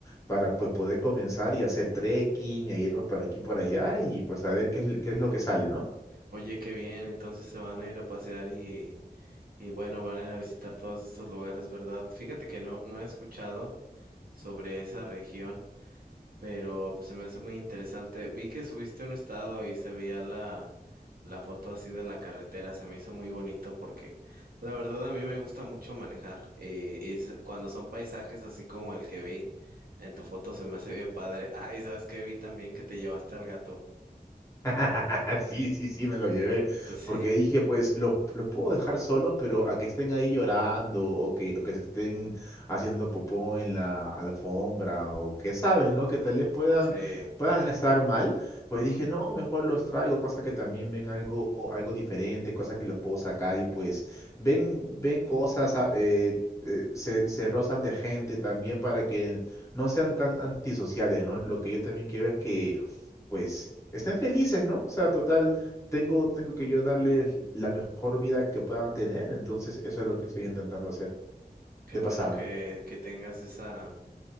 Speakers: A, on the left; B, on the right.
A: para pues poder comenzar y hacer trekking e irnos para aquí por allá y pues a ver qué es, qué es lo que sale, ¿no?
B: Oye, qué bien, entonces se van a ir a pasear y, y bueno, van a ir a visitar todos estos lugares, ¿verdad? Fíjate que no, no he escuchado sobre esa región. pero pues se me hace muy interesante. Vi que subiste un estado y se veía la, la foto así de la carretera, se me hizo muy bonito porque la verdad a mí me gusta mucho manejar eh, y s- cuando son paisajes así como el que vi en tu foto se me hace bien padre. Ah, y sabes que vi también que te llevaste al gato.
A: <laughs> Sí, sí, sí, me lo llevé.
B: <laughs> Sí,
A: Porque dije, pues, los, los puedo dejar solos, pero a que estén ahí llorando o que, o que se estén haciendo popó en la alfombra o que sabes, ¿no? Que tal vez puedan,
B: sí,
A: puedan estar mal. Pues dije, no, mejor los traigo, cosa que también ven algo, algo diferente, cosas que los puedo sacar y pues ven, ven cosas, ah, eh, eh, se, se rozan de gente también para que no sean tan antisociales, ¿no? Lo que yo también quiero es que pues estén felices, ¿no? O sea, total, tengo, tengo que yo darles la mejor vida que puedan tener, entonces eso es lo que estoy intentando hacer
B: qué
A: de
B: bueno
A: pasada.
B: que, que tengas esa...